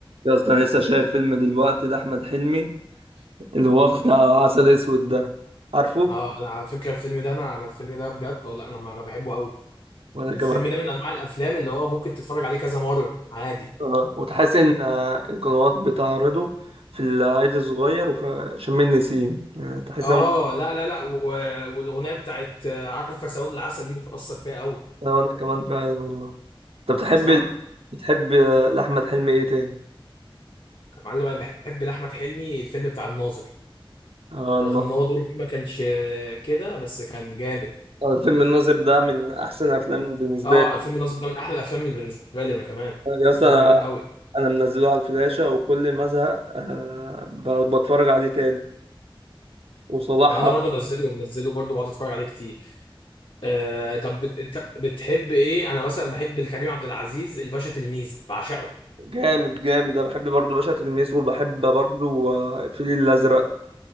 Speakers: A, on the right; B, on the left.
A: يا اسطى انا لسه شايف فيلم دلوقتي لاحمد حلمي اللي هو بتاع عسل اسود ده عارفه
B: اه انا على فكره الفيلم ده انا انا الفيلم ده بجد والله انا انا بحبه قوي
A: وانا
B: الفيلم
A: كمان
B: ده من انواع الافلام اللي هو ممكن تتفرج عليه كذا مره عادي
A: اه وتحس ان آه، القنوات بتعرضه في العيد الصغير وفي شم النسيم آه، تحس
B: اه
A: إن-
B: لا لا لا و... والاغنيه بتاعت آه، عارفه سواد العسل دي بتاثر فيا قوي
A: آه، وانا كمان فعلا والله انت بتحب
B: صراحه
A: ال... بتحب آه، لاحمد حلمي ايه تاني
B: يا معلم انا بحب لاحمد حلمي الفيلم بتاع الناظر
A: اه الن-
B: رغم ان هو دوره فيه ما كانش آه، كده بس كان جامد
A: آه، فيلم الناظر ده من احسن افلام بالنسبه
B: اه
A: لي
B: الفيلم الناظر ده من احلى الافلام اللي بالنسبه لي انا كمان
A: آه، يا اسطى
B: فيلم
A: انا
B: جامد قوي
A: انا منزله على الفلاشه وكل ما ازهق آه، ب- بتفرج عليه تاني وصلاح
B: ما انا برضو منزله ومنزله برضو بقعد اتفرج عليه كتير آه طب بت... إنت بتحب ايه انا مثلا بحب الكريم عبد العزيز الباشا تلميذ بعشقه
A: جامد جامد انا بحب برضو باشا تلميذ وبحب برضو آه، الفيل الازرق